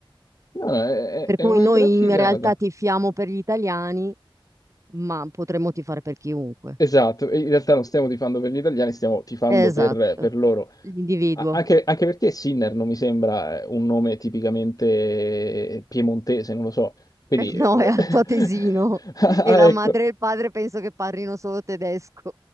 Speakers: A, on the left; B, on the right.
A: No, no, è,
B: Per
A: è- è
B: cui
A: una
B: noi
A: gran figata.
B: in realtà tifiamo per gli italiani, ma potremmo tifare per chiunque.
A: Esatto, e in realtà non stiamo tifando per gli italiani, stiamo tifando
B: Esatto,
A: per, per loro.
B: l'individuo.
A: A- Anche, anche perché Sinner non mi sembra eh, un nome tipicamente piemontese, non lo so.
B: <laughs>
A: Quindi,
B: Eh, No,
A: eh,
B: è altoatesino
A: <laughs> ah,
B: e la
A: ecco,
B: madre e il padre penso che parlino solo tedesco.